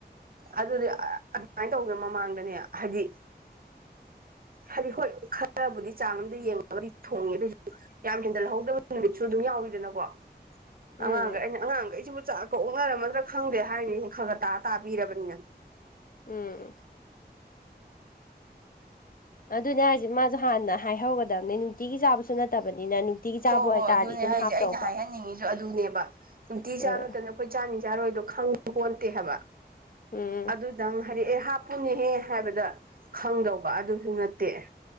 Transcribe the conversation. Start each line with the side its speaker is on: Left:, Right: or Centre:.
Right: ꯑꯗꯨꯗꯤ ꯑꯗꯨꯃꯥꯏꯅ ꯇꯧꯗꯅ ꯃꯃꯥꯡꯗꯅꯦ ꯍꯥꯏꯗꯤ ꯍꯥꯏꯗꯤ ꯍꯣꯏ ꯈꯔꯕꯨꯗꯤ ꯆꯥꯡ ꯑꯝꯗ ꯌꯦꯡꯉꯒꯗꯤ ꯊꯣꯡꯉꯦ ꯑꯗꯣꯏꯁꯨ ꯌꯥꯝ ꯍꯦꯟꯖꯜꯍꯧꯗꯕ ꯅꯨꯃꯤꯠꯁꯨ ꯑꯗꯨꯝ ꯌꯥꯎꯋꯤꯗꯅꯀꯣ ꯑꯉꯥꯡꯒꯩ
Left: ꯎꯝ
Right: ꯑꯩꯅ ꯑꯉꯥꯡꯈꯩꯁꯤꯕꯨ ꯆꯥꯛ ꯑꯣꯛꯅꯔꯝꯃꯗ꯭ꯔꯥ ꯈꯪꯗꯦ ꯍꯥꯏꯔꯤꯅꯤ ꯈꯔ ꯈꯔ ꯇꯇꯥ ꯄꯤꯔꯕꯅꯤꯅ
Left: ꯎꯝ ꯑꯗꯨꯅꯦ ꯍꯥꯏꯁꯦ ꯃꯥꯁꯨ ꯍꯥꯟꯅ ꯍꯥꯏꯍꯧꯒꯗꯕꯅꯦ ꯅꯨꯡꯇꯤꯒꯤ ꯆꯥꯕꯁꯨ ꯅꯠꯇꯕꯅꯤꯅ ꯅꯨꯡꯇꯤꯒꯤ
Right: ꯍꯣ
Left: ꯆꯥꯕ
Right: ꯍꯣꯏ
Left: ꯑꯣꯏꯇꯥꯔꯗꯤ
Right: ꯑꯗꯨꯅꯦ
Left: ꯑꯗꯨꯝ
Right: ꯍꯥꯏꯖꯦ
Left: ꯍꯥꯞꯇꯧꯕ
Right: ꯑꯩꯅ ꯍꯥꯏꯍꯟꯅꯤꯡꯉꯤꯁꯨ ꯑꯗꯨꯅꯦꯕ ꯅꯨꯡꯇꯤ
Left: ꯑ
Right: ꯆꯥꯕ ꯅꯠꯇꯕꯅꯤꯅ ꯑꯩꯈꯣꯏ ꯆꯥꯅꯤ ꯆꯥꯔꯣꯏꯗꯣ ꯈꯪꯕ ꯄꯣꯟꯇꯦ ꯍꯥꯏꯕ
Left: ꯎꯝ
Right: ꯑꯗꯨ ꯅꯪ ꯍꯥꯏꯔꯛ ꯑꯦ ꯍꯥꯞꯄꯨꯅꯦꯍꯦ ꯍꯥꯏꯕꯗ ꯈꯪꯗꯧꯕ ꯑꯗꯨꯁꯨ ꯅꯠꯇꯦ